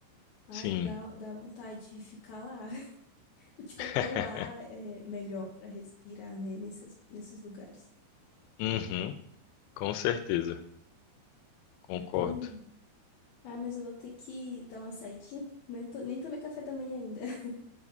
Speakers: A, on the left; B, on the left.
A: Ai,
B: Sim,
A: dá, dá vontade de ficar lá. <laughs> Eu, Tipo,
B: <laughs>
A: até o ar é melhor pra respirar, né, nessas, nesses lugares.
B: uhum, com certeza, concordo.
A: Pois é. Ah, mas eu vou ter que dar uma saidinha. Nem, to- nem tomei café da manhã ainda. <laughs>